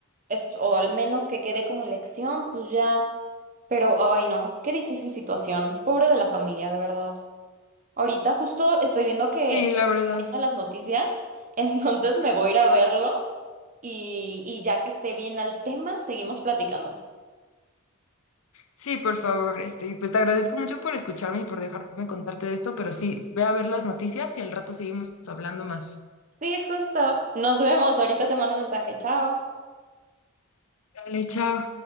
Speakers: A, on the right; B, on the left.
A: es, o al menos que quede como lección, pues ya, pero ay no, qué difícil situación, pobre de la familia, de verdad. Ahorita justo estoy viendo que
B: Sí, la
A: están
B: verdad.
A: saliendo las noticias, <laughs> entonces me voy a ir a verlo y, y ya que esté bien al tema, seguimos platicando.
B: Sí, por favor, este, y pues te agradezco mucho por escucharme y por dejarme contarte de esto, pero sí, ve a ver las noticias y al rato seguimos hablando más.
A: Sí, justo. Nos vemos. Ahorita te mando mensaje. Chao.
B: Dale, chao.